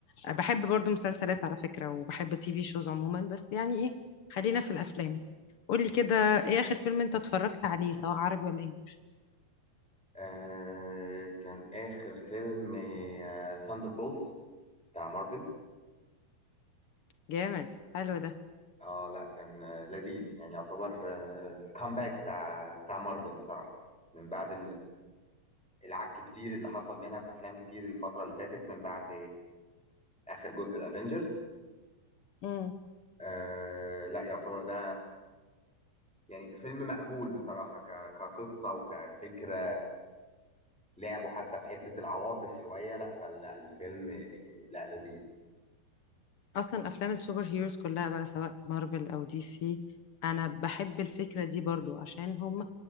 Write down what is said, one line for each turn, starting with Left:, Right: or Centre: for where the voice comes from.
Left: بحب برضو مسلسلات على فكرة وبحب التي في شوز عموما بس يعني ايه خلينا في الافلام قولي كده ايه اخر فيلم انت اتفرجت عليه سواء عربي ولا انجليش
Centre: آه كان اخر فيلم آه ساندر بولز بتاع مارفل
Left: جامد حلو ده
Centre: اه لا كان آه لذيذ يعني يعتبر آه الكامباك بتاع بتاع مارفل بصراحه من بعد العك كتير اللي حصل منها في افلام كتير الفتره اللي فاتت من بعد اخر جزء الافينجرز
Left: مم.
Centre: آه لا يعتبر ده يعني فيلم مقبول بصراحه ك- كقصه وكفكره لعبوا حتى في حته العواطف شويه لا فلا الفيلم لا لذيذ
Left: اصلا افلام السوبر هيروز كلها بقى سواء مارفل او دي سي انا بحب الفكره دي برضو عشان هم